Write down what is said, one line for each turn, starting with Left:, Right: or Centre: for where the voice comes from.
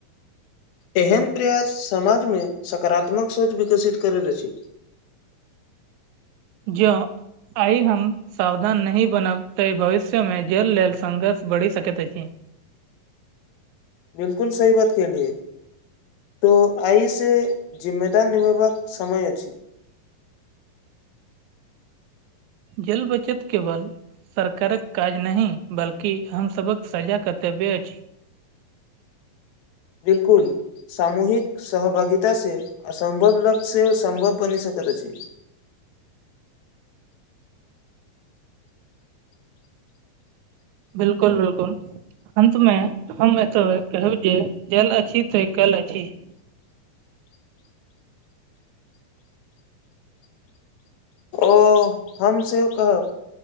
Left: एहन प्रयास समाज मे सकारात्मक सोच विकसित करैत अछि।
Right: जो आई हम। सावधान नहि बनबते भविष्यमे जेल लेल संघर्ष बढ़ि सकैत अछि।
Left: बिल्कूल सही बात कलियै। तऽ आइ से जिम्मेदार निभेबाक समय आ अछि।
Right: जल बचतके केवल सरकारक काज नहि बल्कि हमसभक सझा कर्तव्य अछि।
Left: बिल्कूल सामूहिक सहभागित से असम्भव लक्ष से ओ सम्भव बनि सकैत अछि।
Right: बिल्कूल बिल्कूल अंत मे हम एतय कहु जे जल अछि तऽ कल अछि।
Left: ओ हम सब कहब।